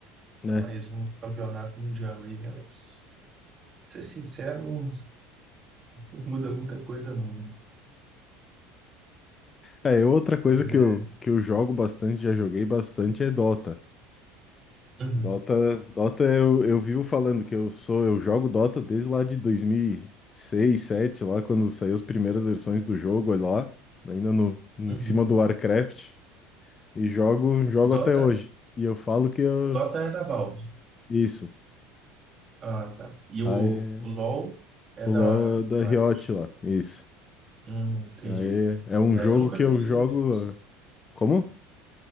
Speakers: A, on the left; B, on the right.
A: né?
B: mais um campeonato mundial aí, né? Mas, ser sincero, não, não muda muita coisa, não.
A: É, outra coisa
B: né?
A: que eu, que eu jogo bastante, já joguei bastante, é Dota.
B: É, uhum,
A: Dota, Dota eu, eu vivo falando que eu sou, eu jogo Dota desde lá de dois mil e seis, sete, lá quando saiu as primeiras versões do jogo, olha lá, ainda no, em
B: uhum.
A: cima do Warcraft, e jogo, jogo até
B: Dota,
A: hoje. E eu falo que eu,
B: Dota é da Valve.
A: isso.
B: Ah, tá. E
A: Aí,
B: o, o LoL é
A: o
B: da
A: LoL é da
B: Riot.
A: Riot lá, isso.
B: Hum, entendi.
A: Aí, é um
B: É,
A: jogo
B: eu nunca
A: que
B: joguei
A: eu jogo,
B: nenhum deles.
A: ah, como?